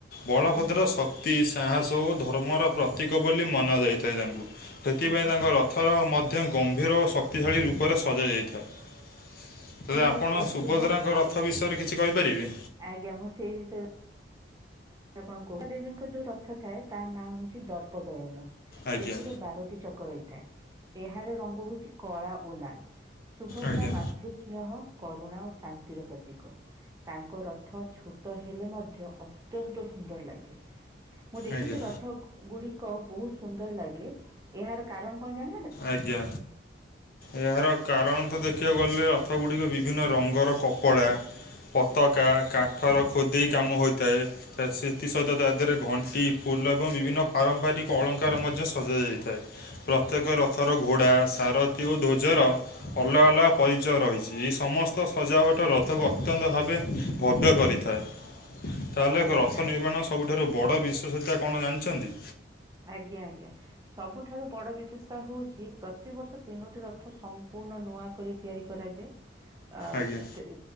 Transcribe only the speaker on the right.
ହୁଁ ହୁଁ
ହୁଁ ହୁଁ।
ମୁଁ
ସୁଭଦ୍ରା
ଆଜ୍ଞା ମୁଁ ସେହି ବିଷୟ ଆପଣ ଦେବୀଙ୍କ ଯୋଉ ରଥ ଥାଏ ତା ନାଁ ହଉଛି ଦର୍ପ ଦଳନ।
ଏଥିରେ ବାରଟି ଚକ ରହିଥାଏ ଏହାର ରଙ୍ଗ ହଉଛି କଳା ଓ ଲାଲ। ସୁଭଦ୍ରା
ମାତୃସ୍ନେହ କରୁଣା ଓ ଶାନ୍ତିର ପ୍ରତୀକ। ତାଙ୍କ ରଥ ଛୋଟ ହେଲେ ମଧ୍ୟ ଅ ଅତ୍ୟନ୍ତ ସୁନ୍ଦର ଲାଗେ। ମୁଁ ଦେଖିଛି
ରଥ ଗୁଡିକ ବହୁତ ସୁନ୍ଦର ଲାଗେ ଏହାର କାରଣ କଣ ଜା
ନିଶ୍ଚୟ
ଆଜ୍ଞା ଆଜ୍ଞା। ସବୁଠାରୁ ବଡ଼ ବିଶେଷତା ହେଉଛି ପ୍ରତିବର୍ଷ ତିନୋଟି ରଥ ସମ୍ପୂର୍ଣ୍ଣ ନୂଆ କରି ତିଆରି କରାଯାଏ ହ <unintelligible>
ଅ